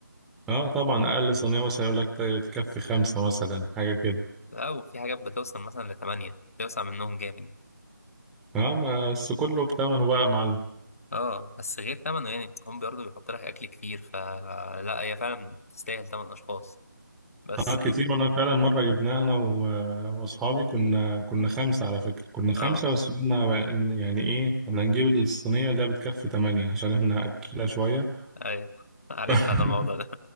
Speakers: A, in the centre; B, on the left.
A: اه طبعا أقل صينية مثلا يقول لك ت- تكفي خمسة مثلا حاجة كده
B: لا وفي حاجات بتوصل مثلا لثمانية بتوسع منهم جامد
A: اه ما- بس كله بتمنه بقى يا معلم
B: اه بس غير ثمنه يعني هم برضه بيحط لك أكل كتير فلا هي فعلا تستاهل ثمن أشخاص بس
A: اه كتير
B: يعني
A: وانا فعلا مرة جبناها انا و... واصحابي كنا كنا خمسة على فكرة كنا
B: اه
A: خمسة بس قلنا بقى إن- يعني ايه احنا هنجيب الصينية اللي هي بتكفي تمانية عشان احنا أكيلة شوية
B: أيوة عارف
A: <laughs>
B: أنا الموضوع ده